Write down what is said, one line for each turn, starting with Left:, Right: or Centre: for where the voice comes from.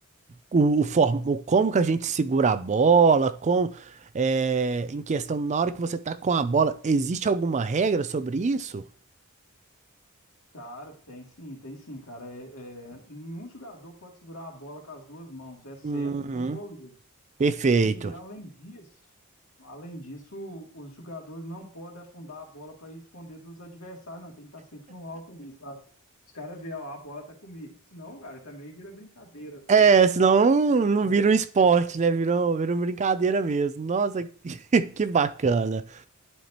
Right: o, o, form- o como que a gente segura a bola, com é, em questão na hora que você tá com a bola, existe alguma regra sobre isso?
Left: Cara, tem sim, tem sim, cara. É, é, nenhum jogador pode segurar a bola com as duas mãos, exceto
Right: Uhum.
Left: o goleiro.
Right: Perfeito.
Left: E além disso, além disso, os jogadores não podem afundar a bola para esconder dos adversários, não. Tem que estar sempre no alto ali, sabe? Os caras veem, ó, a bola tá comigo. Senão, cara, também vira brincadeira,
Right: É,
Left: né?
Right: senão
Left: do
Right: não
Left: Esporte.
Right: não vira um esporte, né? Virou, virou brincadeira mesmo. Nossa, <laughs> que bacana.